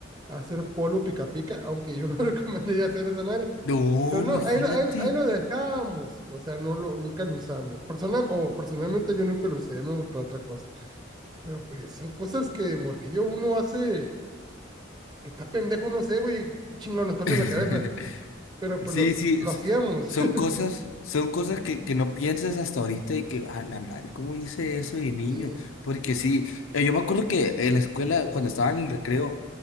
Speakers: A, on the right; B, on the left.
A: hacer polvo pica pica, aunque yo <laughs> no recomendaría hacer esa madre,
B: No,
A: Pero no,
B: imagínate.
A: ahí, lo- ahí, lo- ahí lo dejamos, o sea, no lo, nunca lo usamos. Personal, o personalmente yo nunca lo usé, no, para otra cosa. Pero pues son cosas que de morrillo uno hace, que está pendejo, no sé, güey, qué chingón, nos pasa
B: <laughs>
A: en la cabeza. Pero pues
B: Sí,
A: lo,
B: sí,
A: lo
B: s-
A: hacíamos.
B: son
A: <laughs>
B: cosas, son cosas que, que no piensas hasta ahorita y que, a la madre, ¿cómo hice eso de niño?
A: Sí,
B: Porque sí, eh, yo me acuerdo que en la escuela, cuando estaba en el recreo,